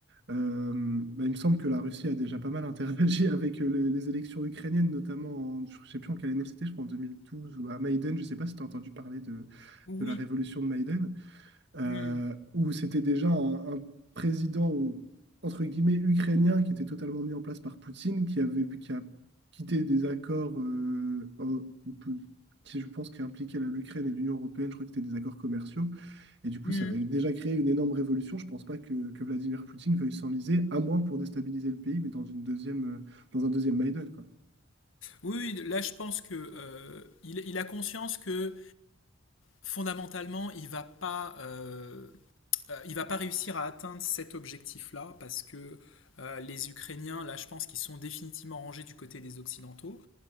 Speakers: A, on the right; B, on the left.
A: euh, bah, il me semble que la Russie a déjà pas mal <laughs> interagi avec euh, les, les élections ukrainiennes, notamment en, je sais plus en quelle année c'était, je crois en 2012 ou à Maïden. Je sais pas si tu as entendu parler de,
B: oui.
A: de la révolution de Maïden euh,
B: Hmm,
A: où c'était déjà un, un président, entre guillemets, ukrainien qui était totalement mis en place par Poutine, qui avait, qui a quitté des accords euh, euh, qui, je pense, qui impliquaient la- l'Ukraine et l'Union européenne. Je crois que c'était des accords commerciaux. Et du coup,
B: hmm.
A: ça a déjà créé une énorme révolution. Je ne pense pas que, que Vladimir Poutine veuille s'enliser, à moins pour déstabiliser le pays, mais dans une deuxième, euh, dans un deuxième Maïdan, quoi. <laughs>
B: Oui, oui, là je pense que euh, il, il a conscience que fondamentalement il va pas euh, euh, il ne va pas réussir à atteindre cet objectif-là parce que euh, les Ukrainiens, là, je pense qu'ils sont définitivement rangés du côté des Occidentaux.